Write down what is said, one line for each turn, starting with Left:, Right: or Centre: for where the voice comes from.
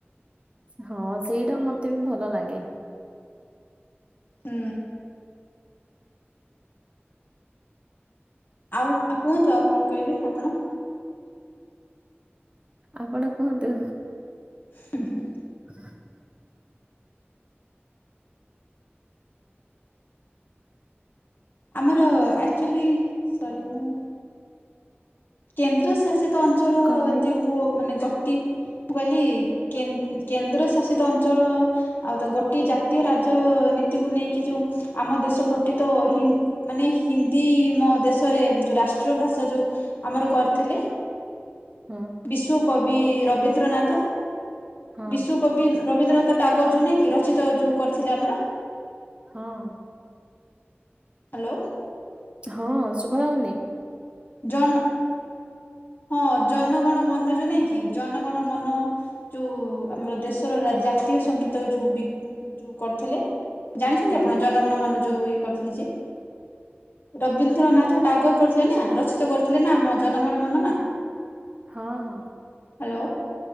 Right: ହଁ, ସେଇଟା ମତେ ବି ଭଲ ଲାଗେ।
Left: ହୁଁ। ଆଉ, ଆଉ କୁହନ୍ତୁ ଆଉ କଣ କହିବେ ଆପଣ?
Right: ଆପଣ କୁହନ୍ତୁ।
Left: ହୁଁ ହୁଁ।
Right: ହ <inaudible>
Left: ଆମର ଆକ୍ଚୁଲି, ସରି ମୁଁ କେନ୍ଦ୍ର ଶାସିତ ଅଞ୍ଚଳ
Right: କଣ
Left: ଏମିତି
Right: କହିଲେ?
Left: ଓ ମାନେ କଟି? ମୁଁ କହିଲି କେ କେନ୍ଦ୍ର ଶାସିତ ଅଞ୍ଚଳ ଆଉ ତ ଗୋଟିଏ ଜାତୀୟ ରାଜନୀତିକୁ ନେଇକି, ଯୋଉ ଆମ ଦେଶ ଗଠିତ ହିଁ ମାନେ ହିନ୍ଦୀ ମୋ ଦେଶରେ ଯୋଉ ରାଷ୍ଟ୍ରୀୟ ଭାଷା ଯୋଉ ଆମର କରିଥିଲେ
Right: ହଁ।
Left: ବିଶ୍ୱ କବି ରବୀନ୍ଦ୍ରନାଥ
Right: ହଁ
Left: ବିଶ୍ଵ କବି ରବୀନ୍ଦ୍ରନାଥ ଟାଗୋର ଯୋଉ ନାଇଁକି ରଚିତ ଯୋଉ କରିଥିଲେ ଆମର
Right: ହଁ।
Left: ହ୍ୟାଲୋ।
Right: ହଁ ଶୁଭା ଯାଉନି?
Left: ଜନ ହଁ ଜନ ଗଣ ମନ ଯୋଉ ନାଇଁ କି ଜନ ଗଣ ମନ ଯୋଉ ଆମର ଦେଶର ଜାତୀୟ ସଙ୍ଗୀତ ଯୋଉ ବି ଯୋଉ କରିଥିଲେ। ଜାଣିଛନ୍ତି
Right: ହଁ
Left: ଆପଣ ଜନ ଗଣ ମନ ଯୋଉ ଇଏ କରିଥିଲେ ଯେ ରବୀନ୍ଦ୍ରନାଥ ଟାଗୋ କରି ଥିଲେ ନା ରଚିତ କରିଥିଲେ ନା ଆମ ଜନ ଗଣ ମନ ନାଁ?
Right: ହଁ ହଁ।
Left: ହ୍ୟାଲୋ